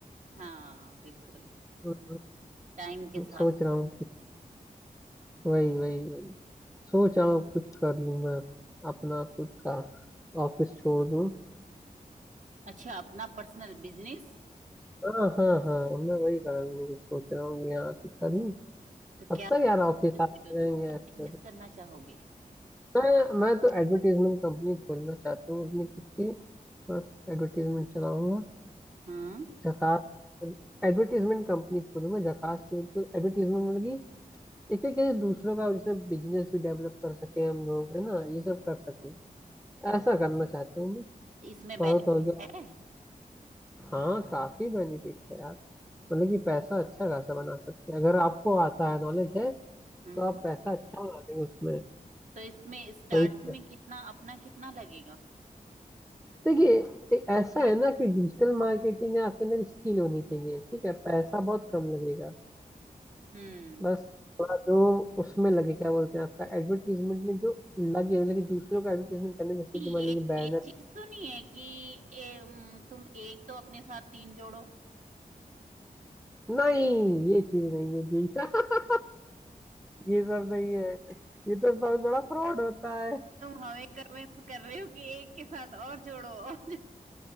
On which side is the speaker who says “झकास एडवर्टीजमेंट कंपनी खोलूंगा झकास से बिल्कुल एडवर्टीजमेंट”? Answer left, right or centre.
Centre